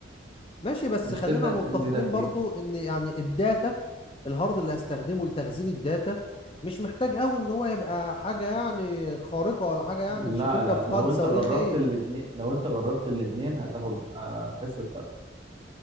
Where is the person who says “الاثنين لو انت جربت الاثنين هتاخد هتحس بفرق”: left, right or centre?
Right